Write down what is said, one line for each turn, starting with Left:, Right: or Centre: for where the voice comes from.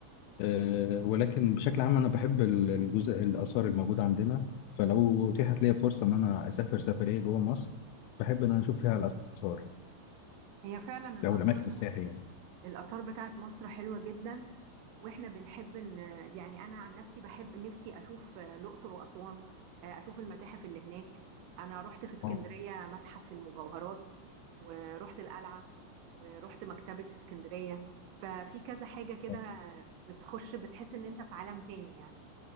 Left: آه، ولكن بشكل عام انا بحب ال- الجزء الاثار الموجوده عندنا فلو اتيحت لي فرصه ان انا اسافر سفريه جوه مصر بحب ان انا اشوف فيها الاثار
Right: فعلا الآثار
Left: او الاماكن السياحيه يعني.
Right: الآثار بتاعت مصر حلوة جدا واحنا بنحب ان يعني انا عن نفسي بحب نفسي اشوف آه، الاقصر واسوان آه، اشوف المتاحف اللي هناك انا رحت في اسكندريه
Left: اه
Right: متحف المجوهرات ورحت القلعه ورحت مكتبه اسكندريه ففي كذا حاجه كده
Left: آه.
Right: بتخش بتحس ان انت في عالم تاني يعني